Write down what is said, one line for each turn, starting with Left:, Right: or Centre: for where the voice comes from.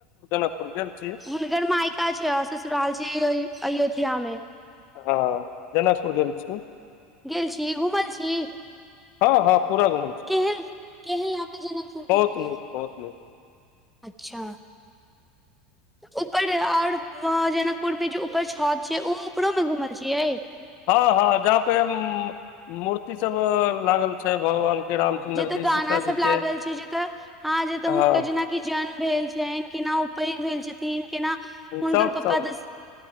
Left: प्रोज्ट छी
Centre: हुनकर मायिका छै आर ससुराल छै अयोध्या मे
Left: हँ जनकपुर गेल छी
Centre: गेल छी घूमल छी
Left: हँ हँ पूरा घुमल छी
Centre: केह यहाँ पे जनकपुर
Left: बहुत
Centre: ब
Left: नीक बहुत नीक
Centre: अच्छा
Left: <inaudible>
Centre: ऊपर और जनकपुर मे जे ऊपर छत छै ओऊपरो मे घूमल छियै
Left: हँ हँ जहाँ पे मूर्ति सब लागल छै भगवान के रामचंन्द्र
Centre: जे तऽ
Left: जी
Centre: गाना
Left: सीताजी
Centre: सब लागल
Left: के
Centre: छै जे तऽ हँ जे तऽ
Left: हँ
Centre: हुनकर जेना जन्म भेल छनि केना उ पैघ भेल छथिन केना हुनकर
Left: सब
Centre: पापा
Left: सब
Centre: दस